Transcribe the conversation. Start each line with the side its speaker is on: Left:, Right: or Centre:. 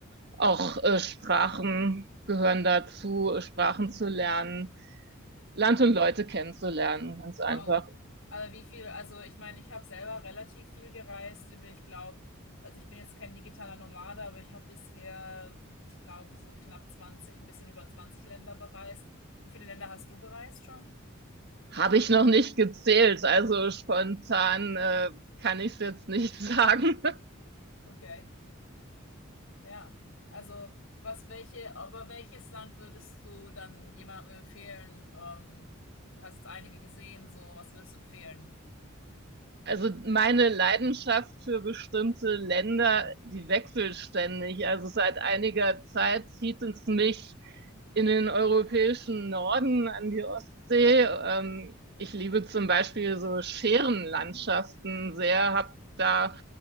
Right: Auch äh, Sprachen gehören dazu, Sprachen zu lernen, Land und Leute kennenzulernen, ganz
Left: Wow.
Right: einfach.
Left: Aber wie viel, also ich meine, ich habe selber relativ viel gereist. Ich glaube, also ich bin jetzt kein digitaler Nomade, aber ich habe bisher, ich glaube, so knapp 20, ein bisschen über 20 Länder bereist. Wie viele Länder hast du bereist schon?
Right: Habe ich noch nicht gezählt, also spontan äh, kann ich es jetzt nicht <laughs> sagen.
Left: Okay. Ja, also was welche, aber welches Land würdest du dann jemandem empfehlen? Ähm, du hast jetzt einige gesehen, so was würdest du empfehlen?
Right: Also meine Leidenschaft für bestimmte Länder, die wechselt ständig. Also seit einiger Zeit zieht es mich in den europäischen Norden an die Ostsee. Ähm, ich liebe zum Beispiel so Scherenlandschaften sehr, habe da